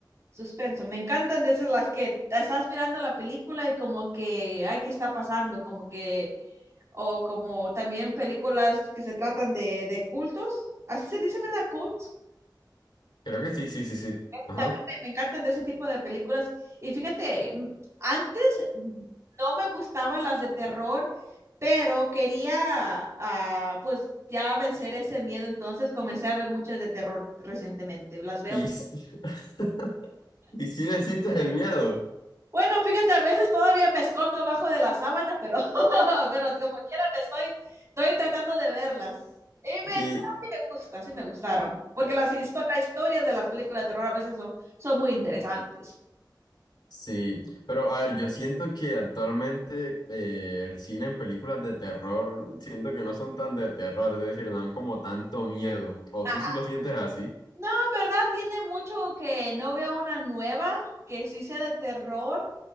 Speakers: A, on the right (about 40°); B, on the left (about 75°).
A: suspenso. Me encantan de esas las que te estás mirando la película y como que, ay, ¿qué está pasando? Como que, o como también películas que se tratan de, de cultos. Así se dice, ¿verdad? Cults
B: Creo que sí, sí, sí, sí. Ajá.
A: también me, me encantan de ese tipo de películas. Y fíjate, m- antes no me gustaban las de terror, pero quería, ah, pues, ya vencer ese miedo. Entonces comencé a ver muchas de terror recientemente. Las veo.
B: Y, sí- <laughs> y sí necesitas el miedo.
A: Bueno, fíjate, a veces todavía me escondo abajo de la sábana, pero, <laughs> pero como quiera me estoy, estoy tratando de verlas. Y me,
B: Y
A: sí me gusta, sí me gustaron. Porque las histo- las historias de las películas de terror a veces son, son muy interesantes.
B: sí, pero a ver, yo siento que actualmente eh, el cine en películas de terror, siento que no son tan de terror, es decir, no dan como tanto miedo. O
A: Ajá.
B: tú sí lo sientes así.
A: No, en verdad tiene mucho que no veo una nueva que sí sea de terror,